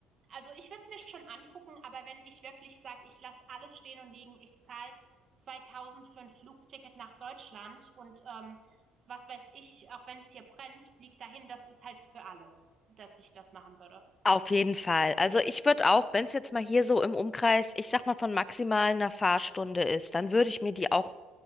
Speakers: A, on the right; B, on the left.
A: also ich würde es mir schon angucken, aber wenn ich wirklich sage, ich lasse alles stehen und liegen, ich zahle 2000 für ein Flugticket nach Deutschland und ähm, was weiß ich, auch wenn es hier brennt, fliegt dahin, das ist halt für alle, dass ich das machen würde.
B: Auf jeden Fall. Also ich würde auch, wenn es jetzt mal hier so im Umkreis, ich sag mal von maximal einer Fahrstunde ist, dann würde ich mir die auch